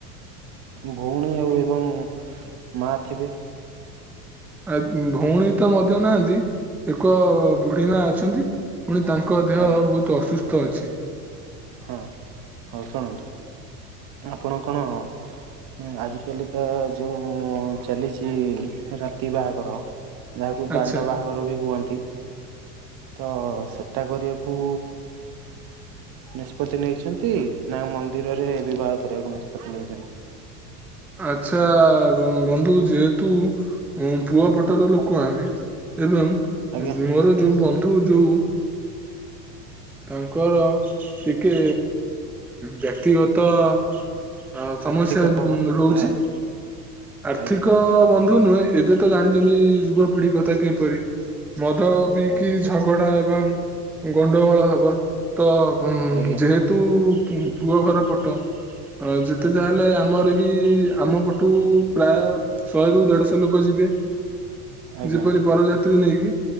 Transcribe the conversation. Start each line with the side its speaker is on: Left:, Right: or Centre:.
Right: ଭଉଣୀ ଆଉ ଏବଂ ମା ଥିବେ।
Centre: ଆ ଭଉଣୀ ତ ମଧ୍ୟ ନାହାନ୍ତି ଏକ ବୁଢୀ ମା ଅଛନ୍ତି। ପୁଣି ତାଙ୍କ ଦେହ
Right: ଆଜ୍ଞା
Centre: ବହୁତ ଅସୁସ୍ଥ ଅଛି।
Right: ହଁ ହଉ ଶୁଣନ୍ତୁ ଆପଣ କଣ ହୁଁ ଆଜି କାଲିକା ଯୋଉ ଚାଲିଚି ରାତି ବାହାଘର। ଯାହାକୁ
Centre: ଆଚ୍ଛା
Right: ଦାଣ୍ଡ ବାହାଘର ବି କୁହନ୍ତି ତ ସେ ହେଟା କରିବାକୁ ନିଷ୍ପତି ନେଇଛନ୍ତି ନା ମନ୍ଦିରରେ ବିବାହ କରିବାକୁ ନିଷ୍ପତ୍ତି ନେଇଛନ୍ତି।
Centre: ଆଚ୍ଛା ବନ୍ଧୁ ଯେହେତୁ ଉଁ ପୁଅ ପଟର ଲୋକ ଆମେ। ଏବଂ
Right: ଆଜ୍ଞା
Centre: ମୋର ଯୋଉ ବନ୍ଧୁ ଯୋଉ ତାଙ୍କର ଟିକେ ବ୍ୟାକ୍ତିଗ ତ ଅ ସମସ୍ୟା
Right: ଆର୍ଥିକ ଅବସ୍ଥା
Centre: ରହୁଛି। ଆର୍ଥିକ
Right: ଆଜ୍ଞା
Centre: ବନ୍ଧୁ ନୁହେଁ ଏବେ ତ ଜାଣିଚନ୍ତି ଯୁବପିଢି କଥା କିପରି ମଦ ପିଇକି
Right: ଆଜ୍ଞା
Centre: ଝ ଗଡା ଏବଂ ଗଣ୍ଡଗୋଳ ହବ ତ ଉଁ
Right: ଆଜ୍ଞା
Centre: ଯେହେତୁ ପୁଅ ଘର ପଟ। ଅ ଯେତେ ଯାହେଲେ ଆମର ବି ଆମ ପଟୁ ପ୍ରାୟ ଶହେରୁୁ ଦେଢ ଶହ ଲୋକ ଯିବେ।
Right: ଆଜ୍ଞା
Centre: ଯେ ପରି ବରଯାତ୍ରୀ ନେଇକି।